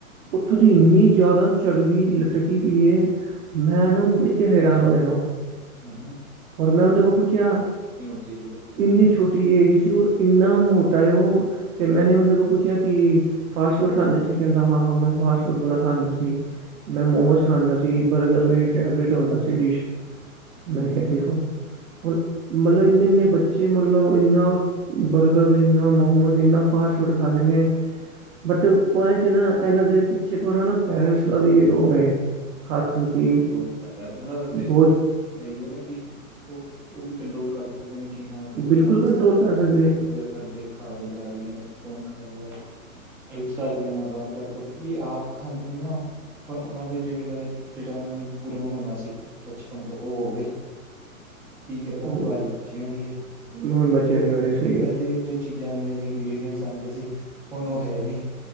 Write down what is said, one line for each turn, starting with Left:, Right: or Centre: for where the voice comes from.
Right: ਉੱਥੋਂ
Centre: ਹਾਂਜੀ
Right: ਦੀ ਇੰਨੀ
Centre: ਹਾਂਜੀ
Right: ਜ਼ਿਆਦਾ ਚਰਬੀ ਲਟਕੀ ਵੀਈ ਹੈ ਮੈਂ ਨਾ ਉੱਨ ਦੇਖ ਕੇ ਹੈਰਾਨ ਹੋ ਜਾਣਾ
Centre: ਹੈਨਾ
Right: ਮੈਂ ਉਦੇ ਕੋ ਪੁੱਛਿਆ
Centre: ਚਾਹੀਦੀ ਬੱਚੇ ਵੀ
Right: ਇੰਨੀ ਛੋਟੀ
Centre: ਜ਼ਿਆਦਾ
Right: ਏਜ ਚ ਹੋਰ ਇੰਨਾ ਮੋਟਾ ਹੈ ਉਹ ਅਤੇ ਮੈਂ ਉਹਦੇ ਕੋਲ ਪੁੱਛਿਆ ਕਿ ਫਾਸਟ ਫੂਡ ਖਾਂਦੇ ਸੀ ਕਹਿੰਦਾ ਹਾਂ ਹਾਂ ਮੈਂ ਫਾਸਟ ਫੂਡ ਵਾਲਾ ਖਾਂਦਾ ਸੀ ਮੈਂ ਮੋਮੋਸ
Centre: ਹੂੰ
Right: ਖਾਂਦਾ ਸੀ ਬਰਗਰ ਮੇਰੀ ਫੇਵਰੇਟ ਹੁੰਦਾ ਸੀ ਡਿਸ਼
Centre: ਹੂੰ
Right: ਮੈਂ ਕਿਹਾ ਦੇਖੋ ਹੁਨ ਮਤਲਬ ਇੰਨੇ ਇੰਨੇ ਬੱਚੇ ਮਤਲਬ ਇੰਨਾ ਬਰਗਰ ਇੰਨਾ ਮੋਮੋਜ਼ ਇੰਨਾ ਫਾਸਟ ਫੂਡ ਖਾ ਰਹੇ ਨੇ ਬਟ ਉਹਨਾਂ 'ਚ ਨਾ ਇਹਨਾਂ ਦੇ ਪਿੱਛੇ ਥੋੜ੍ਹਾ ਨਾ ਪੇਰੈਂਟਸ ਦਾ ਵੀ ਉਹ ਹੈ ਹੱਥ ਕਿ
Centre: ਬਹੁਤ ਜਾਆਦਾ ਉਹਨਾਂ ਦੇ ਉੱਤੇ
Right: ਬਹੁਤ
Centre: ਹੈ ਹੀ ਹੈ ਨਾ ਕਿ ਉਹ ਉਹ ਵੀ ਕੰਟਰੋਲ ਕਰ ਸਕਦੇ ਨੇ ਕਿ ਹਾਂ ਕਿੱਦਾਂੀਜਾ
Right: ਬਿਲਕੁਲ ਕੰਟਰੋਲ ਕਰ ਸਕਦੇ
Centre: ਬੰਦੇ ਖਾਰੀ ਜਾ ਰਹੀ ਨੇ ਹੈੌਣ ਖੇਰੋ ਏ ਕਰ ਲੈਣਾ ਬੰਦ ਕਰਦੋ ਕਿਉਂਕਿ ਆਪ ਖਾਂਦੇ ਨੇ ਨਾ ਉਹ ਪਰ ਉਹਨਾਂ ਦੇ ਜਿਹੜੇ ਲਾਈਫ ਜਿਹੜਾ ਉਹਨਾਂ ਨੇ ਗਰੂਨ ਹੋਣਾ ਸੀ ਬਚਪਨ ਤੋਂ ਉਹ ਹੋ ਗਏ ਠੀਕ ਹੈ ਹੁਣ
Right: ਉਹ
Centre: ਬਾਰੀ ਬੱਚਿਆਂ ਦੀ ਹੈ
Right: ਹੁਣ ਬੱਚਿਆਂ
Centre: ਉਹ
Right: ਦੀ ਵਾਰੀ ਸਹੀ
Centre: ਪਹਿਲੇ
Right: ਹੈ
Centre: ਜੋ ਚੀਜ਼ਾਂ ਦੀਆਂ ਸੀ ਇੰਗ੍ਰਡੀਅਂਟਸ ਆਉਂਦੇ ਸੀ ਉਹਨੂੰ ਹੈ ਨਹੀਂੀ